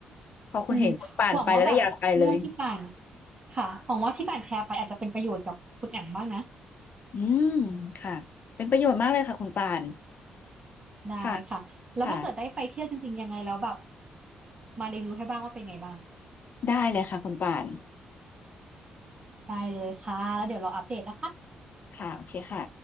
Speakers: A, on the left; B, on the right.
A: พอคุณเห็นคุณป่านไปแล้วก็อยากไปเลย
B: อืมหวังว่าแบบเรื่องที่ป่านค่ะหวังว่าที่ป่านแชร์ไปอาจจะเป็นประโยชน์กับคุณแอมบ้างนะ
A: อืมค่ะเป็นประโยชน์มากเลยค่ะคุณป่าน
B: ได้ค่ะแล้วถ้าเกิดได้ไปเที่ยวจริงๆยังไงแล้วแบบ
A: ค่ะค่ะ
B: มารีวิวให้บ้างว่าเป็นไงบ้าง
A: ได้เลยค่ะคุณป่าน
B: ได้เลยค่ะแล้วเดี๋ยวเราอัปเดตนะคะ
A: ค่ะโอเคค่ะ